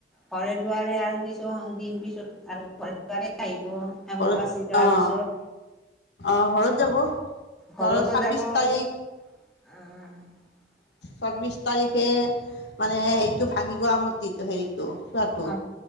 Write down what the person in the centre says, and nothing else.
ঘৰে দুৱাৰে আৰু কিছু দিন পিছত আৰু ঘৰে দুৱাৰে আহিব। অম্বুবাচী
যোৱাৰ
পিছত
ঘৰুতে
যাব
আহঁ।
অ